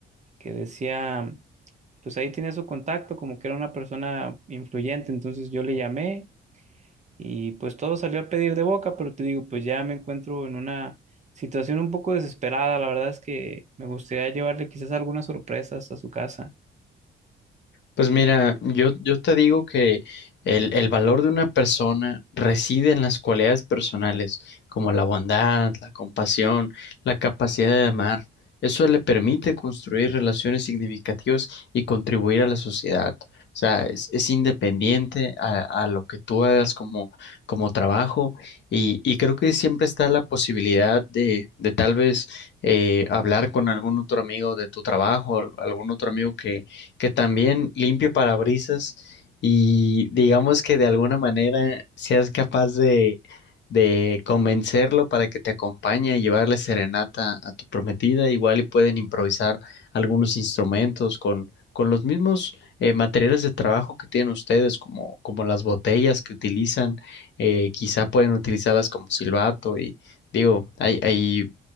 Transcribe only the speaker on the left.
Pues mira, yo, yo te digo que el, el valor de una persona reside en las cualidades personales, como la bondad, la compasión, la capacidad de amar. Eso le permite construir relaciones significativas y contribuir a la sociedad. O sea, es, es independiente a, a lo que tú hagas como, como trabajo y, y creo que siempre está la posibilidad de, de tal vez eh, hablar con algún otro amigo de tu trabajo, algún otro amigo que que también limpie parabrisas y digamos que de alguna manera seas capaz de, de convencerlo para que te acompañe y llevarle serenata a tu prometida. Igual y pueden improvisar algunos instrumentos con, con los mismos eh, materiales de trabajo que tienen ustedes, como, como las botellas que utilizan, eh, quizá pueden utilizarlas como silbato y digo, hay, hay